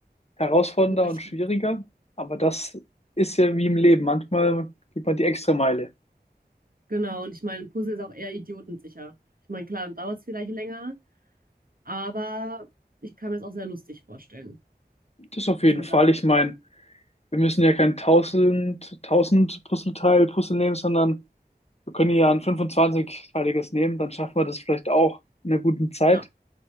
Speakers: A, on the left; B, on the right.
A: herausfordernder
B: Leicht.
A: und schwieriger. Aber das ist ja wie im Leben. Manchmal geht man die extra Meile.
B: Genau. Und ich meine, ein Puzzle ist auch eher idiotensicher. Ich meine, klar, dann dauert es vielleicht länger, aber ich kann mir es auch sehr lustig vorstellen,
A: Das auf
B: dass
A: jeden
B: man
A: Fall.
B: da,
A: Ich meine, wir müssen ja kein tausend, tausend Puzzleteil puzzeln nehmen, sondern Wir können ja ein 25-teiliges nehmen, dann schaffen wir das vielleicht auch in einer guten Zeit.
B: ja,